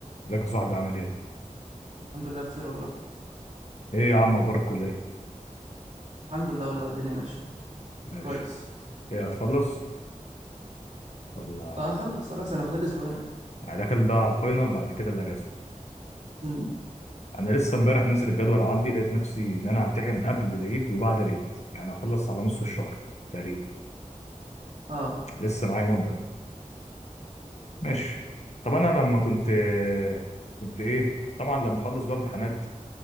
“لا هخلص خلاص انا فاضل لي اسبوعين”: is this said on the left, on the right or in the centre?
Right